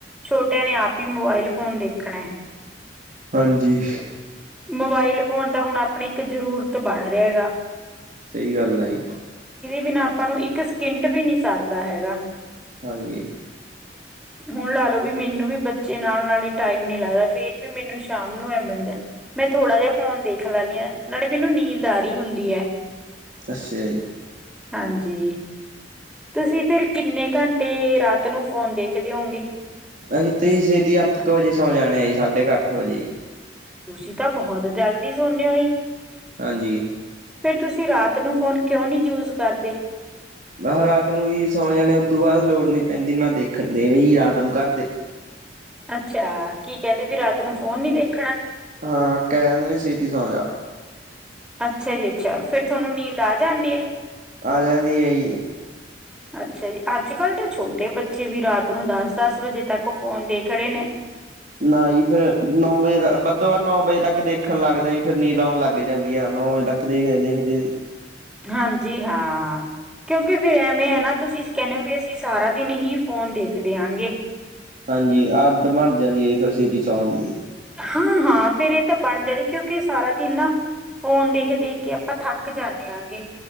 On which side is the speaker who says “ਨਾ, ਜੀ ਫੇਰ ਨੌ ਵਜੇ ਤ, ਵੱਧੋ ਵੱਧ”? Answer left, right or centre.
Right